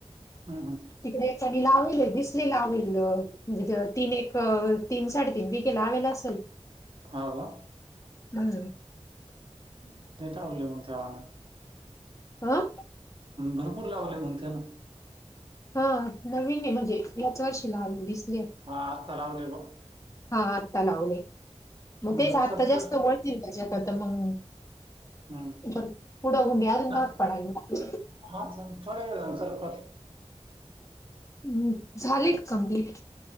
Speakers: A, on the right; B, on the left.
A: हा हा.
B: तिकडे सगळी लावलेलं दिसले लावलेलं तीन एक तीन साडेतीन वी केेला लावेल असेल
A: हां का?
B: हम्म.
A: देतात <unintelligible>
B: हं.
A: भरपूर लावले मग त्यांन
B: हं नवीन आहे म्हणजे याच वर्षी लावले दिसले.
A: हा आता लावले हो
B: हा, आता लावले. मग तेच
A: बर
B: आता
A: चल
B: जास्त
A: कर
B: वय त्याच्याकरता मग
A: हम्म
B: पुढं <unintelligible>
A: ना
B: पडायला
A: हा मग थोड्या वेळानंतर कर
B: हम्म्म झाली का कम्प्लीट?